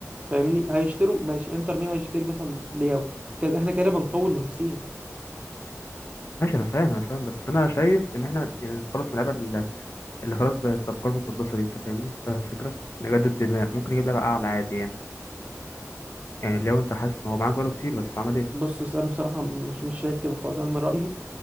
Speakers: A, on the right (about 25°); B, on the left (about 55°).
A: فاهمني هيشتروا ماشي انتر مين هيشتري مثلا لياو كده احنا كده بنقوي المنافسين
B: ماشي انا فاهم انا فاهم بس انا شايف ان احنا يعني نتخلص من اللعيبه اللي اللي خلاص بقت افكار مقدسه دي انت فاهمني فاهم الفكره نجدد دماء ممكن نجيب لعيبه اعلى عادي يعني يعني لو انت حاسس ان هو معاك بقاله كتير بس عمل ايه
A: بص بص، انا بصراحه مش مش شايف كده خالص انا من رايي